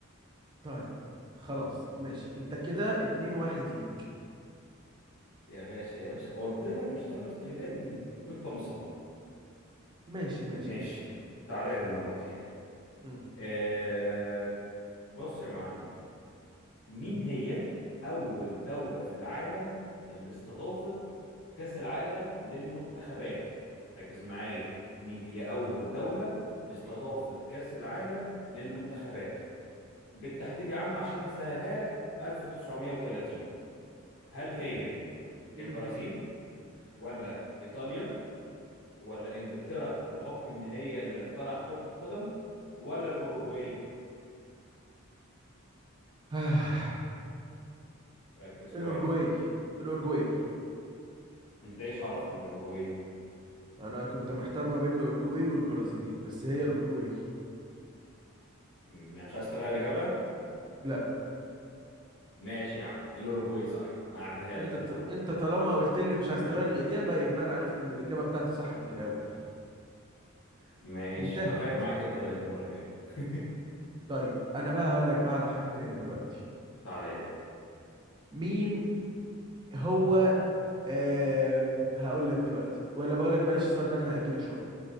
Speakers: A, on the right (about 20°); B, on the left (about 75°).
A: طيب خلاص ماشي انت كده اتنين واحد ليك
B: يا باشا يا باشا قلت لك مش هتعرف تغلبني انت مصمم
A: ماشي ماشي
B: ماشي
A: ماشي
B: تعالى لي المرة دي
A: مم.
B: آه بص يا معلم مين هي أول دولة في العالم اللي استضافت كأس العالم للمنتخبات ركز معايا مين هي أول دولة استضافت كأس العالم للمنتخبات بالتحديد يا عم عشان أسهلها لك 1930 هل هي
A: مم.
B: البرازيل ولا إيطاليا ولا انجلترا بحكم ان هي اللي اخترعت كرة القدم ولا الاوروجواي
A: <sighs> آه.
B: ركز كويس
A: الأورجواي الأورجواي
B: انت ايش عرفك ان هي الاوروجواي
A: انا كنت محتار ما بين الاورجواي والبرازيل بس هي الاورجواي
B: مم، يعني مش عايز تغير اجابة
A: لا
B: ماشي يا عم الاوروجواي صح هعديها
A: انت
B: لك
A: ت...
B: المرة دي
A: انت طالما قلت لي مش عايز
B: <laughs>
A: تغير الاجابه يبقى انا عرفت ان الاجابه بتاعتي صح من الاول
B: ماشي
A: انتهت
B: هغير معاك الطريقة دي المرة الجاية <laughs>
A: طيب انا بقى هقول لك بقى على حاجه تاني دلوقتي
B: تعالى لي
A: مين هو آه... هقول لك دلوقتي ولا بقول لك بلاش السؤال ده انا هاجله شويه